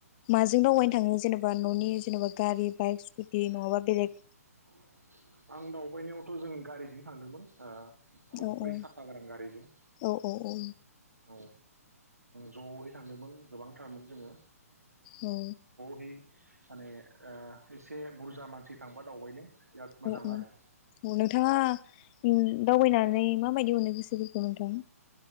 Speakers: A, on the left; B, on the right.
A: माजों दावबायनो थाङो जेन'बा न'नि जेन'बा गारि, बाइक स्कुटि
B: <inaudible>
A: नङाबा बेलेग
B: आं दावबायनायावथ' जों गारिजों थांदोंमोन ओ खबब्रै
A: औ औ
B: साखा गोनां गारिजों
A: औ औ औ
B: औ जों ज'यै थांदोंमोन गोबांथारमोन जोङो
A: औ
B: ज'है माने ओ एसे बुरजा मानसि थांबा दावबायनो बिराद मोजां
A: औ औ
B: आरो
A: नोंथाङा उम दावबायनानै माबायदि मोनो गोसोफोरखौ नोंथां